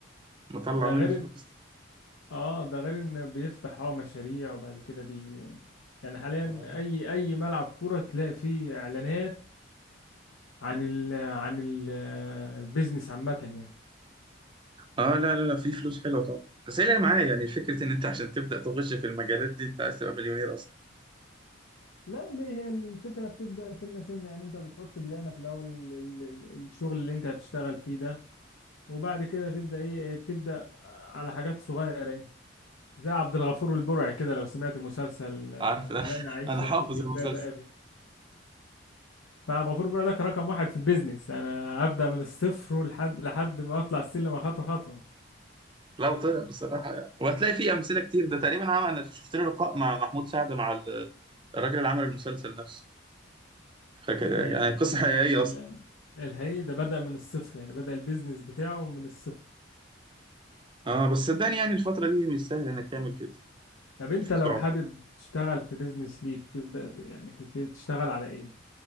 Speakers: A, on the right (about 25°); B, on the left (about 90°).
A: مطلع
B: ده
A: منه
B: غير
A: فلوس
B: إن- اه ده غير ان بيفتح اه مشاريع وبعد كده بي يعني حاليا
A: اه
B: اي اي ملعب كورة تلاقي فيه اعلانات عن ال عن البيزنس عامة يعني
A: اه لا لا لا في فلوس حلوه طبعا بس هي اللي معايا يعني فكره ان انت عشان تبدا تغش في المجالات دي انت عايز تبقى مليونير اصلا
B: لا ليه هي الفكرة بتبدأ سنة سنة يعني انت بتحط بلانك الأول ال- ال- ال- الشغل اللي انت هتشتغل فيه ده وبعد كده تبدأ ايه بتبدأ على حاجات صغيرة يعني زي عبد الغفور البرعي كده لو سمعت مسلسل آه،
A: عارف ده <laughs>
B: لا انا عايشة
A: انا حافظ
B: في جلباب
A: المسلسل
B: ابي مع غفور برادك رقم واحد في البيزنس انا ابدا من الصفر لحد لحد ما اطلع السلم خطوه خطوه
A: لو طلع بصراحه يعني. وهتلاقي فيه امثله كتير ده تقريبا عمل انا شفت له لقاء مع محمود سعد مع ال- الراجل اللي عمل المسلسل نفسه فكان
B: آه،
A: يعني قصه حقيقيه
B: ال- الحقيقي ده بدا من الصفر يعني بدا البيزنس بتاعه من الصفر
A: اه بس صدقني يعني الفترة دي مش سهل انك تعمل كده
B: طب انت لو
A: صعب
B: حابب تشتغل في بيزنس ليك تبدا يعني تت- تشتغل على ايه